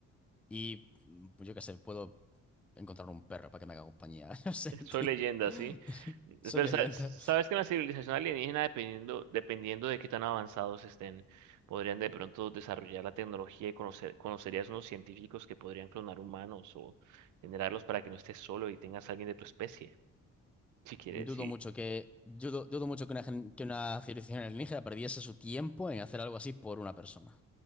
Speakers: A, in the centre; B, on the right (about 75°).
A: y mm, yo qué sé, puedo encontrar un perro para que me haga compañía, <laughs> no sé, tío,
B: Soy leyenda,
A: <laughs>
B: ¿sí?
A: soy
B: Pero
A: leyenda.
B: sa- sabes que en la civilización alienígena, dependiendo, dependiendo de qué tan avanzados estén, podrían de pronto desarrollar la tecnología y conocer, conocerías unos científicos que podrían clonar humanos o generarlos para que no estés solo y tengas a alguien de tu especie, si quieres,
A: Dudo
B: sí,
A: mucho que, yo du- dudo mucho que una, gen- que una civilización alienígena perdiese su tiempo en hacer algo así por una persona.